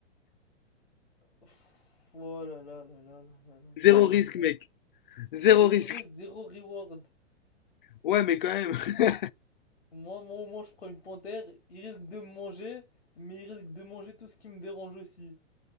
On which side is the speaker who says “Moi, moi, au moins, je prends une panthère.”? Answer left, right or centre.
Left